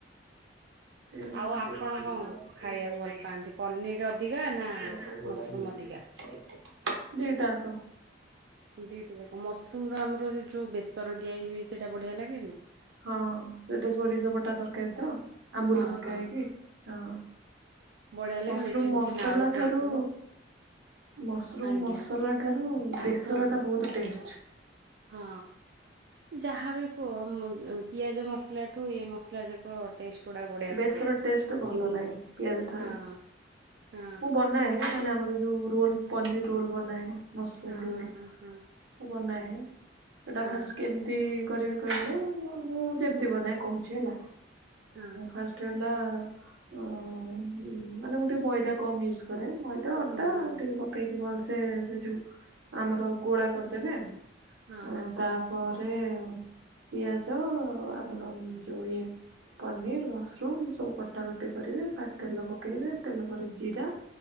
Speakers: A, on the right; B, on the right.
A: <inaudible>
B: ଆଉ ଆପଣ କଣ ଖାଇବାକୁ ଭଲ ପାଆନ୍ତି ପନିର ଅଧିକା ନା ମସରୁମ ଅଧିକା?
A: ଦିଟାକ
B: ଦିଟା ଯାକ ମସରୁମ ର ଆମର ସେ ଯଉ ବେସ ଦିଆ ହୁଏ ସେଇଟା ବଢିଆ ଲାଗେନି?
A: ହଁ ସେଟା ସୋରିଷ ପଟା ତରକାରୀ ତ, ଆମ୍ବୁଲ
B: ହଁ
A: ପକ
B: ହଁ।
A: ହେଇକି? ହଁ
B: ବଢିଆ ଲାଗେନି
A: ମସରୁମ
B: ଛୁନ
A: ମସଲା
B: ଛୁନ ଆଳୁ ପଡିଥିବ
A: ଠାରୁ ମସରୁମ୍
B: ଆଜ୍ଞା
A: ମସଲା ଠାରୁ ବେସର
B: ହଁ ହଁ
A: ଟା ବହୁତ ଟେଷ୍ଟ।
B: ହଁ ଯାହାବ କୁହ ପିଆଜ ମସଲା ଠୁ ଏ ମସଲା ଯାକ ଟେଷ୍ଟ। ଗୁଡା ବଢିଆ
A: ବେଶର
B: ଥିବ।
A: ଟେଷ୍ଟ ଭଲ ଲାଗେ ପିଆଜ ଠାରୁ।
B: ହଁ ହଁ
A: ମୁଁ ବନାଏ ମାନେ ଆମର ଯୋଉ ରୋଲ ପନିର ରୋଲ ବନାଏ ମସରୁମ
B: ହଁ
A: ରୋଲ।
B: ହଁ ହଁ ହଁ
A: ବନାଏ ସେଟା
B: ହଁ
A: ଫାଷ୍ଟ କେମିତି କରିବେ କହିଲେ ମୁଁ ଯେମିତି ବନାଏ କହୁଛି ହେଲା?
B: ହଁ
A: ଫାଷ୍ଟ ମୁ ଟିକେ ମଇଦା କମ୍ ଇଉଜୁ କରେ ଅଟା
B: ହୁଁ ହୁଁ। ହୁଁ।
A: ଟିକେ ପକେଇକି ଭଲସେ ସେ ଯୋଉ ଆମର ଗୋଳା କରିଦେବେ।
B: ହଁ
A: ଆ
B: ହଁ
A: ତାପରେ ପିଆଜ ଆମର ଯୋଉ ଇଏ ପନିର୍ ମସରୁମ୍ ସବୁ କଟାକଟି କରିବେ ଫାଷ୍ଟେ ତେଲ ପକେଇବେ ତେଲ ପରେ ଜିରା